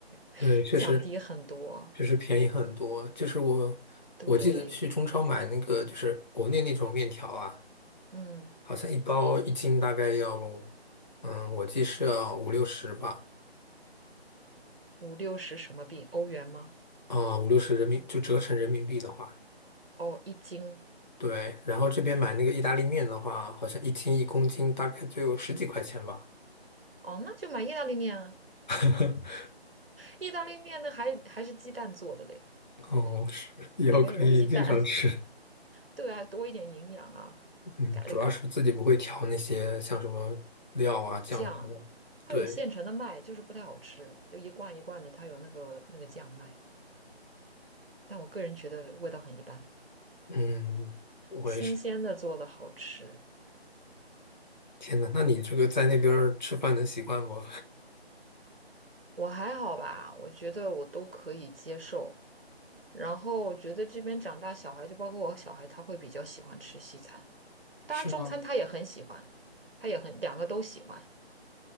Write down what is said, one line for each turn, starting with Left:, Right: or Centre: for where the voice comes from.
Right: <laughs>
Left: 对，确实
Right: 降低很多。
Left: 确实便宜很多。就是我我记得去中超买那个，
Right: 对，
Left: 就是国内那种面条啊。
Right: 嗯，
Left: 好像一包一斤大概要，嗯，我记是要五六十吧，
Right: 五六十什么币？欧元吗？
Left: 啊、五六十人民就折成人民币的话，
Right: 哦，一斤
Left: 对。然后这边买那个意大利面的话，
Right: 还
Left: 好像一斤一公斤大概就十几块钱吧
Right: 哦，那就买意大利面啊。
Left: <laughs>。
Right: 意大利面呢还还是鸡蛋做的嘞，
Left: 哦，是，以后可以经常吃。
Right: 里边有鸡蛋。对，还多一点营养啊。
Left: 嗯，
Right: 改了改了，
Left: 主要是自己不会调那些像什么料啊、酱汁啊对，
Right: 酱，它有现成的卖，就是不太好吃，就一罐一罐的，它有那个那个酱卖，但我个人觉得味道很一般。
Left: 嗯，我也是。
Right: 新鲜的做的好吃，
Left: 天呐，那你这个在那边儿吃饭能习惯不？
Right: 我还好吧，我觉得我都可以接受。然后我觉得这边长大小孩，就包括我小孩，他会比较喜欢吃西餐，
Left: <laughs>
Right: 当然中餐他也很喜欢，
Left: 是吗？
Right: 他也很两个都喜欢。